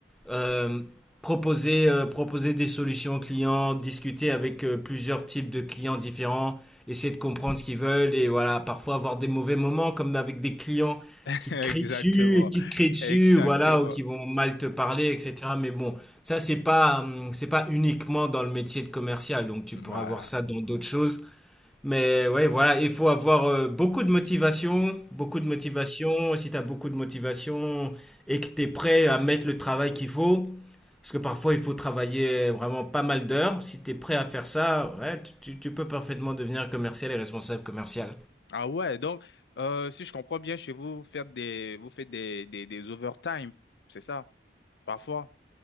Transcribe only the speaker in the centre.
euh, proposer, euh, proposer des solutions aux clients, discuter avec euh, plusieurs types de clients différents, essayer de comprendre ce qu'ils veulent et voilà, parfois avoir des mauvais moments comme avec des clients
qui
te crient dessus, qui te crient dessus,
voilà, ou qui vont mal te parler, etc. Mais bon, ça, c'est pas, hum, c'est pas uniquement dans le métier de commercial, donc tu
pourras voir ça dans d'autres choses. Mais ouais, voilà, il faut avoir euh, beaucoup de motivation, beaucoup de motivation. Si tu as beaucoup de motivation et que tu es prêt à mettre le travail qu'il faut, parce que parfois il faut travailler vraiment pas mal d'heures, si tu es prêt à faire ça, ouais, tu, tu- tu peux parfaitement devenir commercial et responsable commercial.